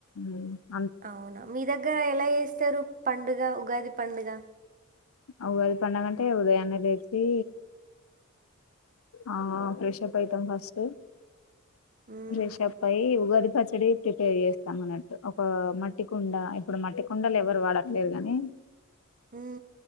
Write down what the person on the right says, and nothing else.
అవునా, మీ దగ్గర ఎలా చేస్తారు, పండుగ ఉగాది పండుగ
మ్మ్.
హు